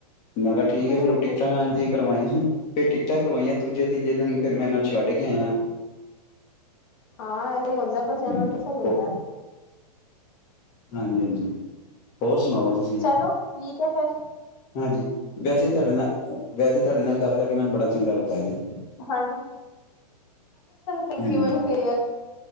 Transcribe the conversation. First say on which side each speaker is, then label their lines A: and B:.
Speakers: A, on the left; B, on the left.
A: ਮੈਂ ਕਿਹਾ
B: ਸਹੀ
A: ਠੀਕ ਆ ਫਿਰ ਉਹ ਟਿਕਟਾਂ
B: ਹੈ
A: ਆ ਦੀਆਂ ਕਰਵਾਈਆਂ ਫੇਿਰ ਟਿਕਟਾਂ ਕਰਵਾਈਆਂ ਦੂਜੇ ਤੀਜੇ ਦਿਨ ਫੇਿਰ ਮੈਂ ਇਹਨਾਂ ਨੂੰ ਛੱਡ ਕੇ ਆਇਆ
B: ਹਾਂ ਸਹੀ ਹੁੰਦਾ ਪਰ
A: ਹੂੰ
B: ਚੈ ਤੇ ਸਹੀ ਹੁੰਦਾ
A: ਹਾਂਜੀ ਹਾਂਜੀ ਹੋਰ ਸੁਣਾਓ ਤੁਸੀਂ
B: ਚਲੋ ਠੀਕ ਹੈ ਫੇਰ
A: ਹਾਂਜੀ ਵੈਸੇ ਤੁਹਾਡੇ ਨਾਲ ਵੈਸੇ ਤੁਹਾਡੇ ਨਾਲ ਗੱਲ ਕਰਕੇੈ ਨਬੜਾ ਚੰਗਾ ਲੱਗਾ ਜੀ
B: ਹਾਂਜੀ ਥੈਂਕੂ
A: ਹਾਂਜੀ,
B: ਮੈ ਸਹੀ